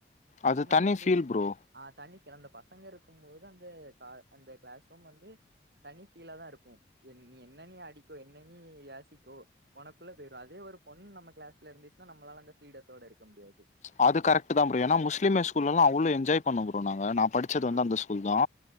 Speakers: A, on the left (about 40°); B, on the right (about 65°).
A: அது
B: அதனால
A: தனி
B: எங்களு
A: ஃபீல் ப்ரோ
B: ஆ தனி சிறந்த பசங்க இருக்கும் போது அந்த க அந்த க்ளாஸ் ரூம் வந்து தனி ஃபீலா தா இருக்கு என் நீ என்னன் நீ ஆடிக்கோ என்னன் நீ யாசிக்கோ ஒனக்குள்ள போயிடு அதே ஒரு பொண்ணு நம்ம க்ளாஸ்ல இருந்துச்சுன்னா நம்மளால அந்த ஃப்ரீடத்தோட இருக்க முடியாது
A: அது கரெக்ட்டு தா ப்ரோ ஏன்னா முஸ்லீம் ஹை ஸ்கூல்லல்லா அவ்ளோ என்ஜாய் பண்ணோ ப்ரோ நாங்க படிச்சது
B: ஆ
A: வந்து அந்த ஸ்கூல் தா